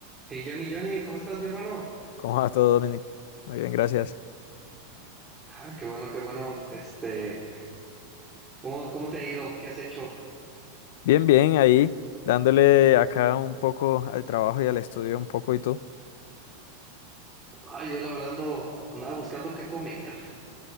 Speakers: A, on the right (about 15°); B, on the left (about 65°).
A: Hey Johnny, Johnny, ¿cómo estás, mi hermano?
B: ¿Cómo va todo, Dominic? Muy bien, gracias.
A: Ay, qué bueno, qué bueno. Este, ¿cómo, cómo te ha ido? ¿Qué has hecho?
B: Bien, bien, ahí dándole acá un poco al trabajo y al estudio un poco y tú.
A: Ay, yo la verdad ando, andaba buscando qué comer.